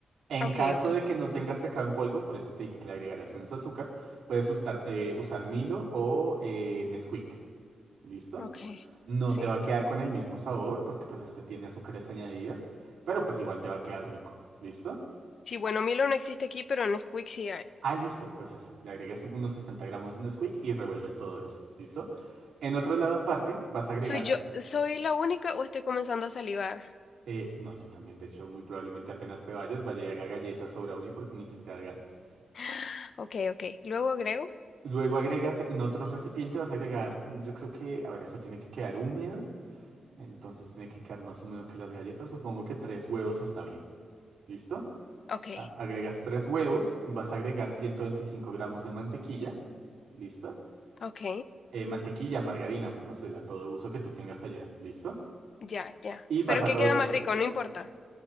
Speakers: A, on the right; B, on the left.
A: En
B: ok,
A: caso
B: ok,
A: de que no tengas cacao en polvo, por eso te dije que le agregarás menos azúcar, puedes usar, eh, usar Milo o eh, Nesquik. ¿Listo?
B: ok,
A: No
B: sí.
A: te va a quedar con el mismo sabor porque pues este tiene azúcares añadidas, pero pues igual te va a quedar rico. ¿Listo?
B: Sí, bueno, Milo no existe aquí, pero Nesquik sí hay.
A: Ah, listo. Pues eso. Le agregas unos 60 gramos de Nesquik y revuelves todo eso. ¿Listo? En otro lado aparte vas a agregar...
B: ¿Soy yo, soy la única o estoy comenzando a salivar?
A: eh, no, yo también, de hecho, muy probablemente apenas te vayas, vaya y haga galletas o brownie porque me hiciste dar ganas.
B: <gasps> Ok, ok, luego agrego.
A: Luego agregas en otro recipiente, vas a agregar, mm, yo creo que, a ver, esto tiene que quedar húmedo, entonces tiene que quedar más húmedo que las galletas, supongo que tres huevos está bien, ¿listo?
B: Ok,
A: A- agregas tres huevos, vas a agregar 125 gramos de mantequilla, ¿listo?
B: ok,
A: Eh, mantequilla, margarina, pues no sé, la todo uso que tú tengas allá, ¿listo?
B: ya, ya.
A: Y vas
B: ¿Pero
A: a
B: qué
A: revolver
B: queda más
A: eso.
B: rico? No importa.